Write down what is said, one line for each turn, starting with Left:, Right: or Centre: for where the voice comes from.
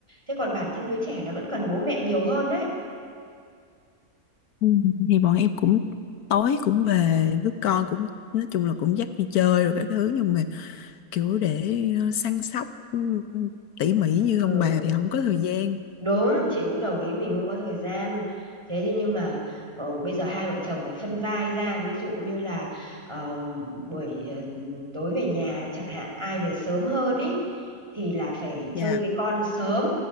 Right: thế còn bản thân đứa trẻ nó vẫn cần bố mẹ nhiều hơn đấy
Left: Ừ, thì bọn em cũng tối cũng về với con cũng nói chung là cũng dắt đi chơi rồi các thứ nhưng mà kiểu để ờ, săn sóc ừ, tỉ mỉ như ông
Right: ừ
Left: bà thì không có thời gian
Right: Đúng, chị cũng đồng ý mình không có thời gian. Thế thì nhưng mà ờ, bây giờ hai vợ chồng phải phân vai ra, ví dụ như là ờ, buổi ờ, tối về nhà chẳng hạn ai về sớm hơn ý thì là phải chơi
Left: dạ
Right: với con sớm